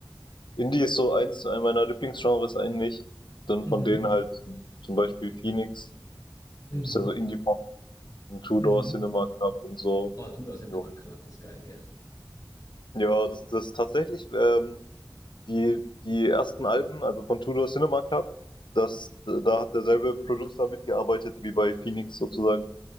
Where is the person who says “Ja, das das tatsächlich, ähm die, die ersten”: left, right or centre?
Left